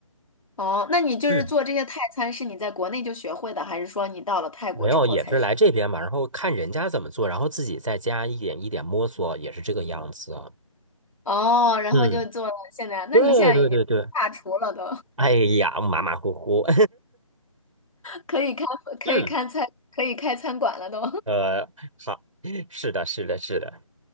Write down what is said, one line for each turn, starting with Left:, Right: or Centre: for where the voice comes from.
Left: 哦，那你就是做这些泰餐，
Right: 嗯，
Left: 是你在国内就学会的，还是说你到了泰国之后才学？
Right: 没有，也是来这边嘛，然后看人家怎么做，然后自己在家一点一点摸索，也是这个样子啊。
Left: 哦，然后就做了现在，
Right: 嗯。
Left: 那你现在已经大厨了都。
Right: 对对对对，哎呀，马马虎虎，
Left: 可以开 <laughs>
Right: <laughs> 嗯，
Left: 可以开餐可以开餐馆了都，
Right: 呃，好，是的，是的，是的，